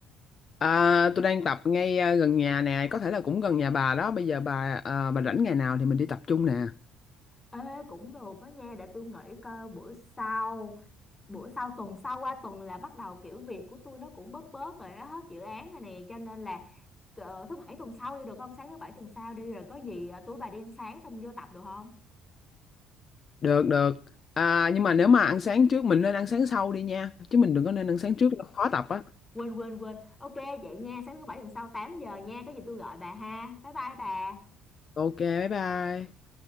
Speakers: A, on the left; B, on the left.
A: à, tôi đang tập ngay à, gần nhà nè có thể là cũng gần nhà bà đó bây giờ bà à, bà rảnh ngày nào thì mình đi tập chung nè
B: Ê, cũng được đó nha để tôi nghĩ coi bữa sau bữa sau tuần sau qua tuần là bắt đầu kiểu việc của tôi nó cũng bớt bớt rồi đó, hết dự án rồi nè cho nên là ờ, thứ bảy tuần sau đi được không sáng thứ bảy tuần sau đi rồi có gì ờ, tối bà đi ăn sáng xong vô tập được không
A: được được à, nhưng mà nếu mà ăn sáng trước mình nên ăn sáng sau đi nha chứ mình đừng có nên ăn sáng trước nó khó tập á
B: quên quên quên ok vậy nha sáng thứ bảy tuần sau 8 giờ nha có gì tôi gọi bà ha bye bye bà
A: Ok, bye bye.